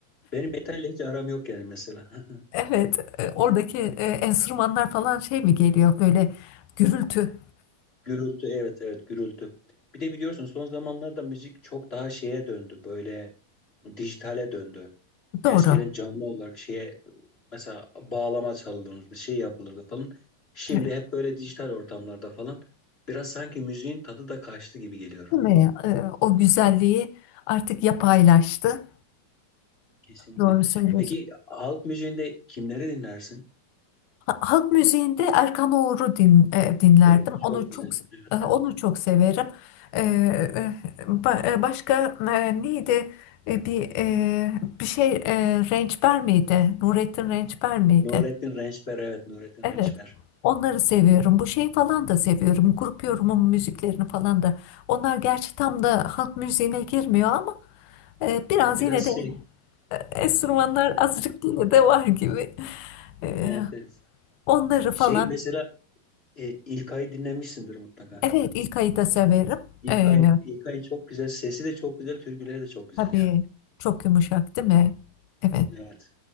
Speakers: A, on the left (about 20°); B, on the left (about 80°).
A: Benim metalle hiç aram yok yani mesela. <laughs>
B: Evet, e, oradaki e, enstrümanlar falan şey mi geliyor böyle gürültü.
A: Gürültü, evet, evet, gürültü. Bir de biliyorsun son zamanlarda müzik çok daha şeye döndü. Böyle dijitale döndü.
B: Doğru.
A: Eskiden canlı olarak şeye mesela bağlama çalınırdı, şey yapılırdı falan. Şimdi
B: Evet.
A: hep böyle dijital ortamlarda falan. Biraz sanki müziğin tadı da kaçtı gibi geliyor.
B: Değil mi? E, o güzelliği artık yapaylaştı.
A: Kesinlikle.
B: Doğru söylüyorsun.
A: Peki halk müziğinde kimleri dinlersin?
B: Ha- Halk müziğinde Erkan Oğur'u din, e, dinlerdim.
A: O
B: Onu
A: çok güzel.
B: çok
A: Evet.
B: e, onu çok severim. E, e, ba- e, başka e, neydi? E, bir e, bir şey e, Rençber miydi? Nurettin Rençber miydi?
A: Nurettin Rençper. Evet, Nurettin
B: Evet.
A: Rençper.
B: Onları seviyorum. Bu şeyi falan da seviyorum. Grup yorumun müziklerini falan da. Onlar gerçi tam da halk müziğine girmiyor ama e, biraz
A: Biraz
B: yine de
A: şey.
B: enstrümanlar
A: Evet.
B: azıcık yine de var gibi. E,
A: Evet, evet.
B: onları falan
A: Şey mesela e, İlkay'ı dinlemişsindir mutlaka.
B: Evet, ilk ayı da severim.
A: İlkay'ın
B: Ee,
A: İlkay'ın çok güzel. Sesi de çok güzel. Türküleri de çok güzel
B: tabii
A: ya.
B: çok yumuşak değil mi? Evet.
A: Evet.